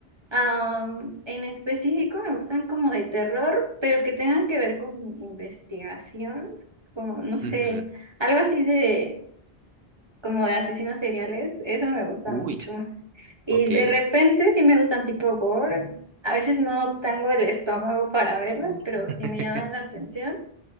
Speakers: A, on the right; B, on the right.
A: Am, en específico me gustan como de terror, pero que tengan que ver con investigación, como no sé,
B: Ujú.
A: algo así de como de asesinos seriales, eso me gusta
B: Uy,
A: mucho. Y
B: ok.
A: de repente sí me gustan tipo gore. A veces no tengo el estómago para verlas, pero
B: <laughs>
A: sí me llaman la atención.